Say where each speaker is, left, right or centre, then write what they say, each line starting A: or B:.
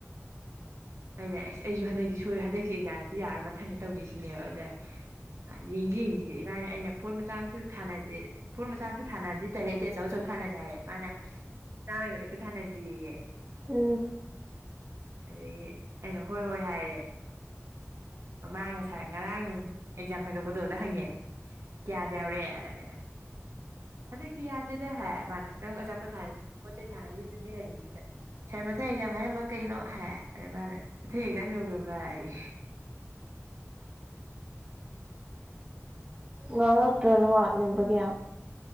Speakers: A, on the right; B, on the right.
A: ꯑꯩꯅ ꯑꯁ ꯑꯩꯖꯨ ꯍꯟꯗꯛꯇꯤ ꯁꯣꯏ ꯍꯟꯗꯛꯀꯤ ꯑꯦꯛꯖꯥꯝꯖꯤꯗꯤ ꯌꯥꯔꯣꯏ ꯃꯊꯪꯗ ꯇꯧꯖꯦ ꯁꯤꯅꯦꯕ ꯑꯗ ꯌꯦꯡꯖꯤ ꯌꯦꯡꯖꯤ ꯁꯤ ꯃꯥ ꯍꯥꯏꯅꯦ ꯑꯩꯅ ꯄꯣꯠ ꯃꯆꯥ ꯃꯥꯁꯨ ꯊꯥꯅꯖꯤ ꯄꯣꯠ ꯃꯆꯥ ꯃꯁꯨ ꯊꯥꯟꯅꯕꯗꯤ ꯇꯜꯂꯦ ꯑꯩꯗꯤ ꯑꯆꯧ ꯑꯆꯧ ꯊꯥꯅꯖꯤ ꯍꯥꯏꯔꯦ ꯗꯩ ꯃꯥꯅ ꯆꯥꯝꯃꯩ ꯃꯊꯛꯇ ꯊꯥꯅꯖꯦꯌꯦ
B: ꯎꯝ
A: ꯑꯗꯒꯤ ꯑꯩꯅ ꯍꯣꯏ ꯍꯣꯏ ꯍꯥꯏꯔꯦ ꯃꯥ ꯉꯁꯥꯏ ꯉꯔꯥꯡ ꯑꯦꯛꯖꯥꯝ ꯍꯥꯏꯗꯣꯛꯄꯗꯣ ꯗꯨꯗ ꯍꯪꯉꯦ ꯀꯌꯥꯗ ꯌꯥꯎꯔꯦ ꯑꯗ ꯑꯩꯅ ꯍꯟꯗꯛꯇꯤ ꯌꯥꯗ꯭ꯔꯦꯗ ꯍꯥꯏ ꯃꯥꯅ ꯅꯪ ꯑꯆꯥꯄꯣꯠꯊꯥ ꯄꯣꯠ ꯆꯩ ꯊꯥꯅꯈꯤꯕꯗꯨꯗꯤ ꯍꯪꯉꯦ ꯑꯩꯅ ꯁꯥꯔ ꯃꯊꯪ ꯑꯦꯛꯖꯥꯝ ꯍꯥꯏꯔꯝꯃ ꯀꯩꯅꯣ ꯍꯥꯏ ꯑꯗ ꯃꯥꯅ ꯑꯇꯩ ꯑꯦꯖꯥꯝ ꯌꯧꯒ꯭ꯔꯦ ꯚꯥꯏ ꯑꯩ
B: ꯉꯥꯡꯉꯛꯇ꯭ꯔ ꯃꯥꯛ ꯅꯦꯝꯕꯒꯤ